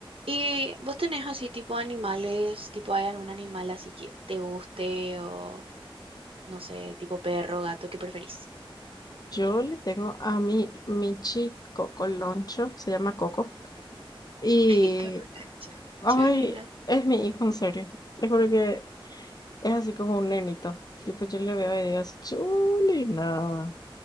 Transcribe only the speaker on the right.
¿Y vos tenés así tipo animales, tipo hay algún animal así que te guste o no sé, tipo perro, gato, ¿qué preferís?
<laughs> Cucaracha.
Chulina.